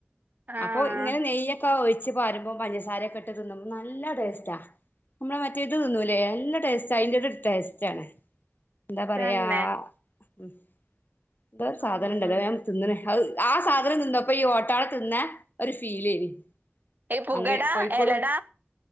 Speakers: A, on the right; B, on the left.
A: ആഹ്
B: അപ്പൊ ഇങ്ങനെ നെയ്യക്കൊ ഒഴി ച്ച് പാരുമ്പം പഞ്ചസാരൊക്കെ ഇട്ട് തിന്നുമ്പം നല്ല ടേസ്റ്റാ. നമ്മളെ മറ്റേ ഇത് തിന്നൂല്ലേ നല്ല ടേസ് റ്റയ്ൻ്റൊരു ടേസ്റ്റ് ആണ് എന്താ പറയാ
A: തന്നെ
B: ഉം എന്തോ ര്
A: ഉം
B: സാധനണ്ടല്ലോ അത് ഞാൻ തിന്ന്ണ്. അഹ് ആ സാധനം തിന്നപ്പൊ ഈ ഓട്ടാള തിന്ന ഒരു ഫീലേനി
A: ഈ പുകട
B: അന്ന് കോഴിക്കോട്
A: എലട